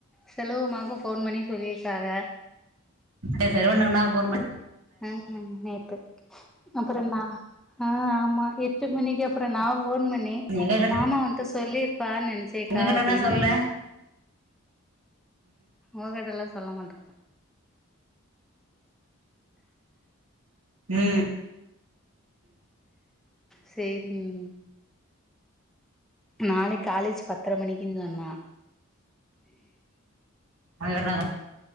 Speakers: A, in the centre; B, on the right (about 80°).
A: செல்லுவமாக்கு ஃபோன் பண்ணி சொல்லியிருக்காக
B: ஏ செல்வன்னக்கு நா ஃபோன் ப
A: அ ய நேத்து அப்புறொ நா அ ஆமா எ ட்டு மணிக்கப்றொ நா ஃபோன் பண்ணி
B: எங்க கிட்ட
A: மாமா ஒன்ட்ட சொல்லியிருப்பா நெனச்சேக்கா
B: எங்க கிட்டனா
A: அப்டின்
B: சொல்ல
A: சொன்னா ஓகட்டல்லா சொல்ல மாட்டொ
B: ம்
A: சேரிங்க நாளைக் காலேஜ் பத்ர மணிக்கின் சொன்னா
B: <unintelligible>